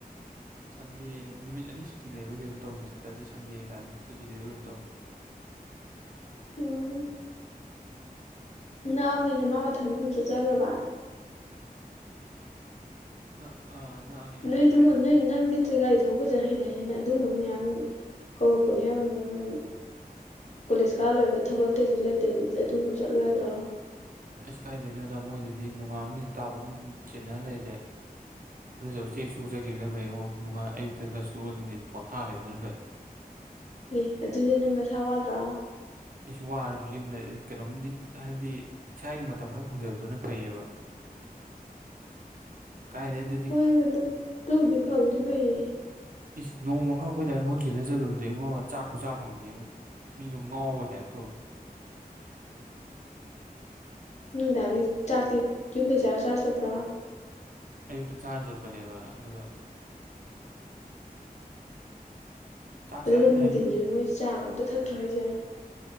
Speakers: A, on the right (about 60°); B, on the left (about 45°).
A: ꯁꯟꯗꯦ ꯅꯨꯃꯤꯠ ꯑꯅꯤ ꯁꯨꯇꯤ ꯂꯩꯕꯒꯤ ꯑꯗꯨꯝ ꯇꯧꯅꯤ ꯁꯦꯇꯔꯗꯦ ꯁꯟꯗꯦ ꯀꯥꯏꯅ ꯁꯨꯇꯤ ꯂꯩꯕꯒꯤ ꯑꯗꯨꯝ ꯇꯧꯅꯤ
B: ꯎꯝ ꯅꯛꯑꯕꯅꯤꯅ ꯃꯥ ꯃꯊꯟꯗ ꯑꯗꯨꯝ ꯆꯠꯆꯈ꯭ꯔꯕ
A: ꯅꯛꯑꯅꯤꯅ
B: ꯅꯣꯏ ꯑꯗꯨꯒ
A: ꯂꯥꯏꯗꯗꯤ
B: ꯅꯣꯏ ꯅꯪꯗꯤ ꯒꯥꯔꯤ ꯊ ꯐꯖꯅ ꯍꯩꯇ ꯍꯥꯏꯅ ꯑꯗꯨꯒꯨꯝꯕ ꯃꯌꯥꯝ ꯀꯧꯔꯛꯄꯅꯦ ꯑꯃꯃꯛ ꯅꯪ ꯀꯣꯂꯦꯖ ꯀꯥꯜꯂꯣꯏꯔꯒ ꯊꯕꯛ ꯑꯇꯩꯁꯨ ꯂꯩꯇ꯭ꯔꯗꯤ ꯑꯗꯨꯕꯁꯨ ꯆꯠꯂꯣꯏ ꯌꯥꯗ꯭ꯔꯣ
A: ꯑꯁ ꯀꯥꯏꯗꯣꯏꯅꯣꯗ ꯃꯣꯏꯗꯗꯤ ꯅꯣꯡꯉꯥꯕꯅꯤ ꯇꯥꯎꯕ ꯑꯗꯨꯝ ꯆꯦꯟꯅꯔ ꯂꯩꯔꯦ ꯑꯗꯨꯁꯨ ꯎꯆꯦꯛ ꯁꯨ ꯆꯈꯤꯕꯗꯨꯅ ꯐꯩ ꯌꯦꯉ ꯅꯨꯡꯉꯥꯏ ꯑꯌꯨꯛꯇꯒꯤ ꯐ ꯁꯨꯔ ꯅꯨꯡꯊꯤꯟ ꯄꯣꯊꯥ ꯂꯩꯕꯗꯨꯅ ꯐꯩ
B: ꯑꯦ ꯑꯗꯨꯗꯤ ꯅꯪꯅ ꯁꯥ ꯋꯥꯗ꯭ꯔꯣ
A: ꯑꯩꯁꯨ ꯋꯥꯔꯁꯨ ꯌꯨꯝꯗ ꯀꯩꯅꯣꯝꯗꯤ ꯍꯥꯏꯕꯗꯤ ꯏꯁꯥꯒꯤ ꯃꯇꯝ ꯈꯔ ꯐꯪꯖꯕꯗꯨꯅ ꯐꯩꯑꯕ ꯀꯥꯏꯗ ꯑꯗꯨ
B: ꯍꯣꯏ ꯑꯗꯨ ꯇꯕꯨꯗꯤ ꯐꯕꯗꯤ ꯐꯩꯔ
A: ꯏꯁ ꯅꯣꯡꯃ ꯈꯛ ꯑꯩꯈꯣꯏꯗꯏ ꯃꯍꯨꯠ ꯁꯤꯜꯂ ꯆꯠꯂꯨꯕꯗ ꯑꯩꯉꯣ ꯆꯥꯛꯄ ꯆꯥ ꯐꯪꯗꯦ ꯃꯤꯗꯣ ꯉꯥꯎꯕ ꯗꯦꯕ ꯇꯣꯏ
B: ꯅꯣꯏꯗꯥꯩ ꯆꯥꯛꯇꯤ ꯌꯨꯝꯗꯩ ꯆꯥꯔ ꯆꯥꯔ ꯆꯠꯄ꯭ꯔꯥ
A: ꯑꯌꯨꯛꯇ ꯆꯥꯔ ꯆꯠꯄꯅꯦꯕ ꯑꯗꯨꯒ ꯆꯥꯛ
B: ꯑꯗꯨꯒ
A: ꯆꯥ ꯑꯩꯅ
B: ꯅꯨꯡꯊꯤꯟꯁꯨ
A: ꯍꯥꯏꯗꯤ
B: ꯃꯣꯏ ꯆꯥꯒ ꯑꯝꯇ ꯊꯛꯇ꯭ꯔꯣ ꯍꯥꯏꯁꯦ